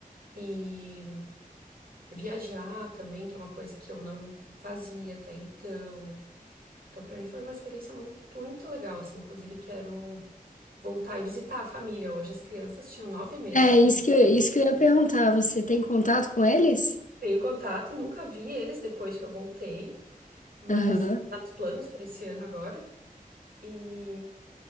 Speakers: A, on the right; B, on the left.
A: E viajar também, que é uma coisa que eu não fazia até então. Então, para mim foi uma experiência muito, muito legal, assim. Inclusive, quero voltar e visitar a família hoje. As crianças tinham nove meses
B: É
A: quando
B: isso
A: eu
B: que,
A: cheguei.
B: eu- isso que eu ia perguntar. Você tem contato com eles?
A: Tenho contato, nunca vi eles depois que eu voltei, mas
B: Aham.
A: tá nos planos para esse ano agora. E